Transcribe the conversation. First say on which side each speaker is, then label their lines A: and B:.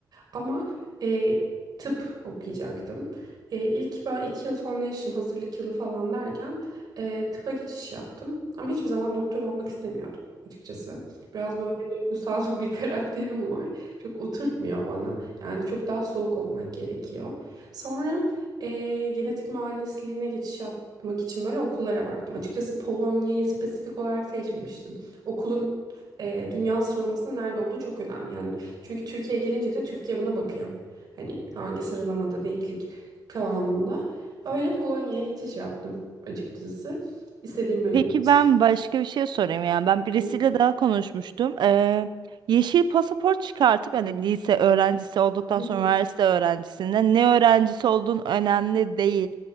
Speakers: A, on the right; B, on the right.
A: Ama e, tıp okuyacaktım. E, ilk böyle iki yıl foundation hazırlık yılı falan derken e, tıpa geçiş yaptım. Ama hiçbir zaman doktor olmak istemiyordum açıkçası. Biraz böyle duygusal <laughs> bir karakterim var. Çok oturtmuyor bana. Yani çok daha soğuk olmak gerekiyor. Sonra e, genetik mühendisliğine geçiş yapmak için böyle okullara baktım. Açıkçası Polonya'yı spesifik olarak seçmemiştim. Okulun e, dünya sıralamasında nerede olduğu çok önemli. Yani çünkü Türkiye gelince de Türkiye buna bakıyor. Hani hangi sıralamada denklik kıvamında. Öyle Polonya'ya geçiş yaptım açıkçası. İstediğim bölüme
B: Peki
A: geçiş
B: ben başka bir şey sorayım yani ben birisiyle
A: yaptım.
B: daha konuşmuştum. Ee, yeşil pasaport çıkartıp yani lise öğrencisi olduktan
A: <laughs>
B: sonra üniversite öğrencisinden ne öğrencisi olduğun önemli değil